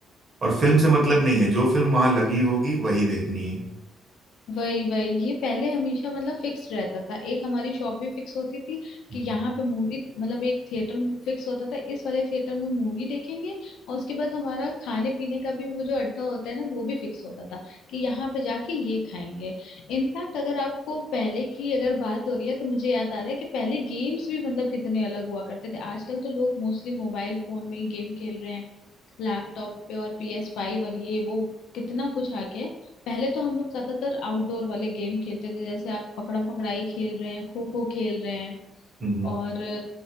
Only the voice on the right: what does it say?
और फिल्म से मतलब नहीं है जो फिल्म वहां लगी होगी वही देखनी है
हम्म,
हम्म।